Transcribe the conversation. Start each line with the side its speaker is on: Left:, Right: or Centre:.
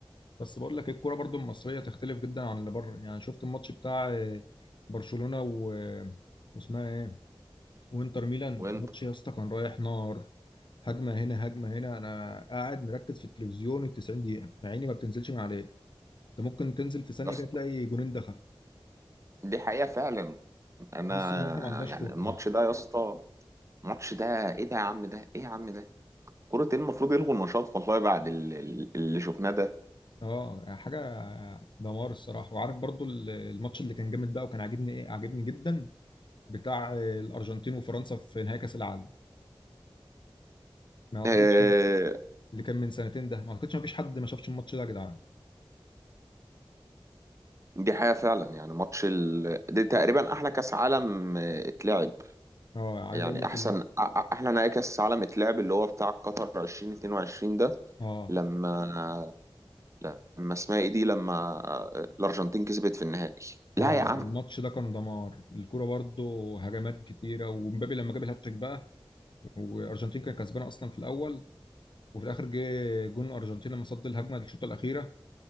Left: بس بقول لك الكوره برضو المصريه تختلف جدا عن اللي بره يعني شفت الماتش بتاع آه، برشلونه و آه، واسمها ايه وانتر ميلان
Right: وانت
Left: ماتش يا اسطى كان رايح نار هجمه هنا هجمه هنا انا قاعد مركز في التلفزيون ال 90 دقيقه مع اني ما بتنزلش من عليه انت ممكن تنزل في ثانيه
Right: يا اسطى
Left: كده تلاقي جونين دخل
Right: دي حقيقه فعلا انا
Left: تحس ان احنا ما عندناش
Right: يعني
Left: كوره
Right: الماتش ده يا اسطى الماتش ده ايه ده يا عم ده ايه يا عم ده كرة ايه المفروض يلغوا النشاط والله بعد ال- ال- اللي شفناه ده
Left: اه حاجه دمار الصراحه وعارف برضو ال- الماتش اللي كان جامد بقى وكان عاجبني ايه عاجبني جدا بتاع الارجنتين وفرنسا في نهائي كاس العالم ما اعتقدش
Right: آه،
Left: اللي كان من سنتين ده ما اعتقدش ما فيش حد ما شافش الماتش ده يا جدعان
Right: دي حقيقة فعلا يعني ماتش ال... دي تقريبا احلى كاس عالم آه، اتلعب
Left: اه عايز
Right: يعني
Left: اقول لك
Right: احسن
Left: ال-
Right: أ- أ- احلى نهائي كاس عالم اتلعب اللي هو بتاع قطر 2022 ده
Left: اه
Right: لما لما اسمها ايه دي لما الارجنتين كسبت في النهائي لا
Left: اه
Right: يا عم
Left: الماتش ده كان دمار الكوره برضه هجمات كتيره ومبابي لما جاب الهاتريك بقى والارجنتين كانت كسبانه اصلا في الاول وفي الاخر جه جون الارجنتين لما صد الهجمه الشوطه الاخيره